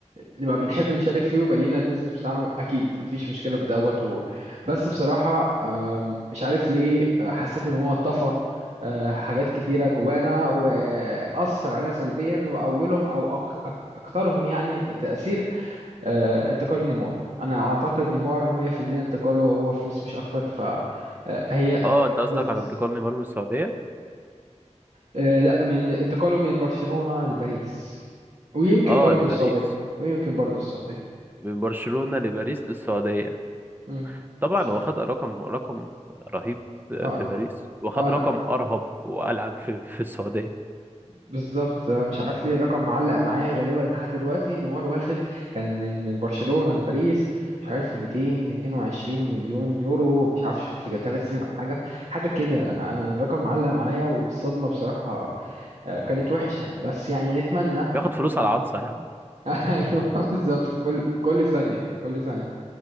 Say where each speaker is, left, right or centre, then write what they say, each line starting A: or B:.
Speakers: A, on the right; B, on the right.
A: نبقى بنحب نشارك فيه ويبقى لينا البيزنس بتاعنا أكيد مفيش مشكلة في دوت و... بس بصراحة آم، مش عارف ليه آه، حسيت إن هو طفى آه، حاجات كتيرة جوانا وأثر علينا سلبيا وأولهم أو أك... أك... أكثرهم يعني تأثير آه، انتقال نيمار انا اعتقد نيمار 100% انتقاله هو فلوس مش اكتر فهي
B: اه انت قصدك
A: بزنس
B: على انتقال نيمار من السعوديه
A: لا من انتقاله من برشلونة لباريس ويمكن
B: اه
A: برضو
B: لباريس
A: السعودية ويمكن برضو السعودية
B: من برشلونة لباريس للسعودية
A: مم.
B: طبعا
A: مش عارف
B: هو خد رقم رقم رهيب في
A: اه انا
B: باريس وخد
A: اه انا
B: رقم أرهب وألعن في, في السعودية
A: بالظبط أنا مش عارف ليه الرقم معلق معايا غالبا لحد دلوقتي نيمار واخد كان من من برشلونة لباريس مش عارف 222 مليون يورو مش عارف في ثلاث سنين او حاجه حاجه كده انا انا الرقم معلق معايا والصدمه بصراحه آه، كانت وحشه بس يعني نتمنى
B: بياخد فلوس على
A: مم.
B: العطسة يا عم
A: <laughs> ايوه بالظبط كل كل ثانيه كل ثانيه